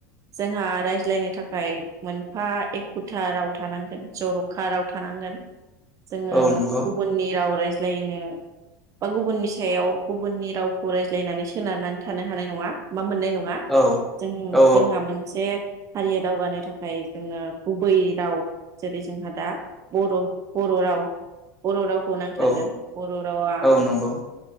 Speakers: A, on the right (about 35°); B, in the centre.
A: जोंहा रायज्लायनो थाखाय मोनफा एखुथा राव थानांगोन जर'खा राव थानांगोन जोङो
B: औ नंगौ
A: गुबुननि राव रायज ज्लायनो बा गुबुननि सायाव गुबुननि राव खौ रायज्लायनानै सोनारनानै थानो हानाय नङा मा मोननाय नङा
B: औ
A: जों
B: औ
A: जोंहा मोनसे हारिया दावगानो थाखाय जोङो गुबै राव जेरै जोंहा दा बर' राव बर' रावखौ नांथारगोन
B: औ
A: बर' रावा
B: औ नंगौ